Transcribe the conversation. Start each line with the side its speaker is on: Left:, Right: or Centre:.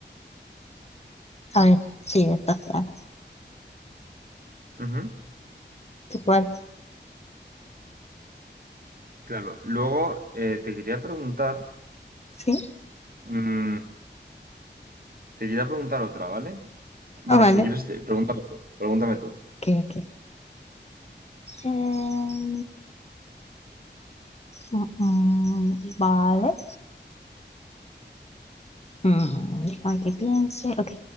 Left: A ver, sí, espacial.
Right: Ujú,
Left: ¿Tú cuál?
Right: Claro. Luego eh, te quería preguntar,
Left: Sí.
Right: mm, te quería preguntar otra, ¿vale? Bueno,
Left: Ah, vale.
Right: si quieres, te- pregúntame tú. Pregúntame tú.
Left: Ok, ok. Em, mm, mm, vale. Mm, déjame que piense. Ok.